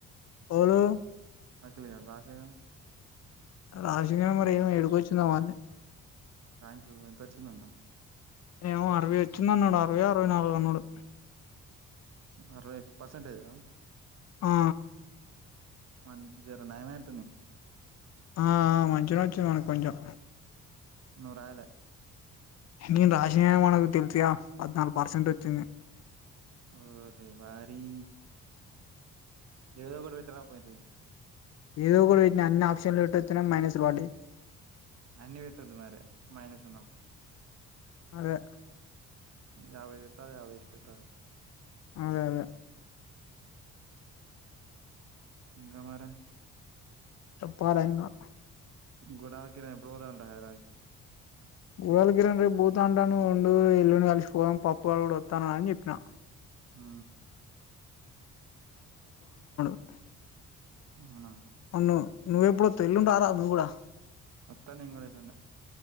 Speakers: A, on the left (about 60°); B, on the right (about 60°).
A: ఓలు
B: అఖిల్ గాడు రాసేగా
A: రాసిండు గని మరి ఏమో యేడికొచ్చిందో మరి
B: ర్యాంక్ ఎంతొచ్చిందంట
A: ఏమో అరవై వచ్చింది అన్నాడు అరవై అరవై నాలుగు అన్నాడు
B: అరవై పర్సెంటేజా
A: ఆ
B: వాణికి జరా నయం <inaudible>
A: ఆ మంచిగనే వచ్చినయ్ మనకు కొంచెం
B: ను రాయలే
A: నేను రాసిన గని మనకు తెల్సుగా పద్నాలుగు పర్సెంట్ వచ్చింది
B: ఓరే వారి ఏదో ఒకటి పెట్టారాపోతి.
A: ఏదో ఒకటి పెట్టిన అన్ని ఆప్షన్లు పెట్టొస్తేనే మైనస్లు పడ్డాయ్
B: అన్ని పెట్టదు మర మైనస్ ఉన్నపు
A: అదే
B: యాభై పెట్టాలి యాభై ఇడిసి పెట్టాలె
A: అదే అదే
B: ఇంకా మరే
A: చెప్పాలే ఇంకా
B: గుడాలకిిర ఎప్పుడు పోదాం హైదా
A: గురలకిిర రేపు బూత అంటాను ఉండు ఇల్లుని కలిసిపోదాం పప్పు వాళ్ళ కూడా వస్తాను అని చెప్పిన
B: ఆ
A: ఆ
B: అవునా
A: అవున్న నువ్వవు ఎప్పుడు తెల్లుంటరా నువ్వు కూడా
B: వత్తా నేను కూడా ఎల్లుండి